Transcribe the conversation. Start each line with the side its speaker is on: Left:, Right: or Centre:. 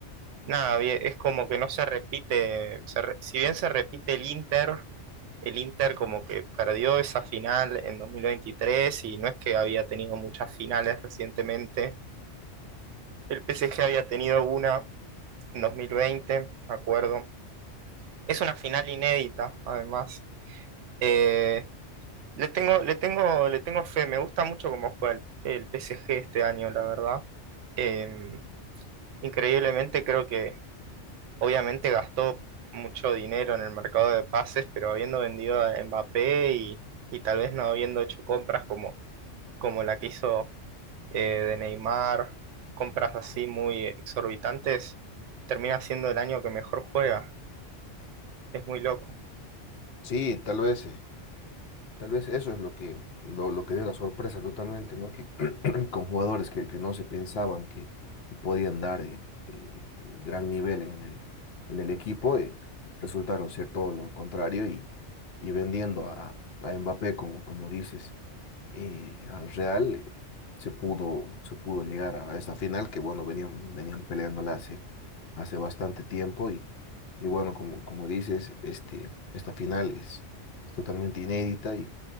Right: Nada, bien, es como que no se repite, se re- si bien se repite el Inter, el Inter como que perdió esa final en 2023 y no es que había tenido muchas finales recientemente. El PSG había tenido una en 2020, me acuerdo. Es una final inédita, además. Eh, le tengo, le tengo, le tengo fe, me gusta mucho cómo juega el, el PSG este año, la verdad. Eh, increíblemente creo que obviamente gastó mucho dinero en el mercado de pases, pero habiendo vendido a Mbappé y, y tal vez no habiendo hecho compras como como la que hizo eh, de Neymar, compras así muy exorbitantes, termina siendo el año que mejor juega. Es muy loco.
Left: sí, tal vez, eh, tal vez eso es lo que, lo, lo que dio la sorpresa totalmente, ¿no? Que <clears throat> con jugadores que, que no se pensaban que, que podían dar eh, eh, gran nivel en el, en el equipo, eh, resultaron ser todo lo contrario y, y vendiendo a, a Mbappé, como, como dices, eh, al Real eh, se pudo, se pudo llegar a esa final que, bueno, venían, venían peleándola hace, hace bastante tiempo y, y bueno, como, como dices, este, esta final es totalmente inédita y,